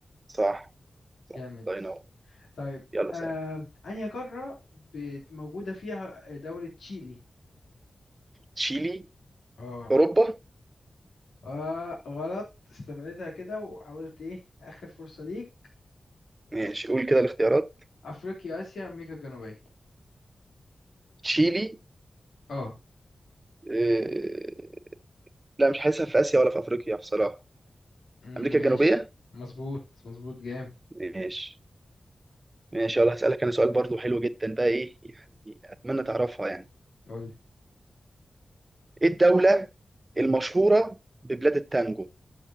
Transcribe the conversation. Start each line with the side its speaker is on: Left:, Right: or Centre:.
Right: صح صح
Left: جامد
Right: الله ينور
Left: طيب
Right: يلا
Left: آه،
Right: سهل
Left: أنهي قارة بت- موجودة فيها دولة تشيلي؟
Right: تشيلي
Left: اه
Right: أوروبا
Left: اه غلط استبعدها كده وحاولت ايه آخر فرصة ليك
Right: ماشي قول كده الاختيارات
Left: أفريقيا آسيا أمريكا الجنوبية
Right: تشيلي
Left: اه
Right: آه... لا مش حاسسها في آسيا ولا في أفريقيا بصراحة
Left: أمم،
Right: أمريكا
Left: ماشي
Right: الجنوبية
Left: مظبوط مظبوط جامد
Right: ماشي ماشي يلا هسألك أنا سؤال برضو حلو جدا بقى إيه يعني أتمنى تعرفها يعني
Left: قولي
Right: إيه الدولة المشهورة ببلاد التانجو